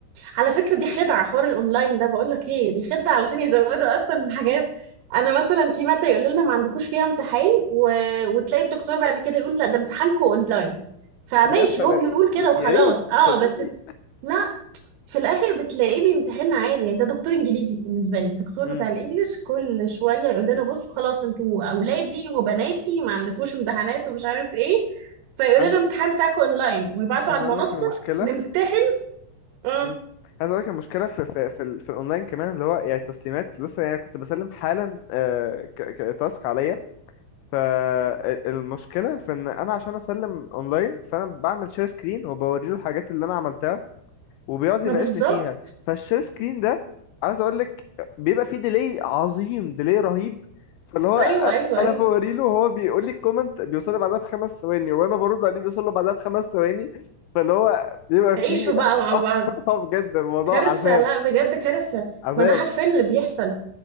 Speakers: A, on the right; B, on the left.
A: على فكرة دي خدعة حوار الأونلاين ده بقول لك إيه دي خدعة علشان يزودوا أصلا الحاجات أنا مثلا في مادة يقول لنا ما عندكوش فيها امتحان و... وتلاقي الدكتور بعد كده يقول لا ده امتحانكو أونلاين فماشي
B: يا سلام
A: هو بيقول كده
B: يا
A: وخلاص
B: يا ريت
A: أه
B: صدقني
A: بس لا في الآخر بتلاقيه بيمتحننا عادي يعني ده دكتور إنجليزي بالنسبة لي الدكتور
B: امم
A: بتاع الإنجليش كل شوية يقول لنا بصوا خلاص أنتوا أولادي وبناتي ما عندكوش امتحانات ومش عارف إيه فيقول
B: عايز
A: لنا الامتحان بتاعكم أونلاين ويبعتوا
B: عايز
A: على
B: اقول
A: المنصة
B: لك المشكله
A: نمتحن امم
B: امم عايز اقول لك المشكله في في في, ال- في الاونلاين كمان اللي هو يعني التسليمات لسه يعني كنت بسلم حالا آه، ك- ك- تاسك عليا فالمشكله في ان انا عشان اسلم اونلاين فانا بعمل شير سكرين وبوري له الحاجات اللي انا عملتها وبيقعد
A: ما
B: يناقشني
A: بالظبط
B: فيها فالشير سكرين ده عايز اقول لك بيبقى فيه ديلي عظيم ديلي رهيب فاللي هو
A: ايوه
B: انا
A: ايوه
B: أنا
A: ايوه
B: بوري له وهو بيقول لي الكومنت بيوصل لي بعدها بخمس ثواني وانا برد عليه بيوصل له بعدها بخمس ثواني فاللي هو بيبقى فيه
A: عيشوا بقى
B: <laughs>
A: مع بعض
B: بجد الموضوع
A: كارثه
B: عذاب
A: لا بجد كارثه
B: عذاب
A: ما ده حرفيا اللي بيحصل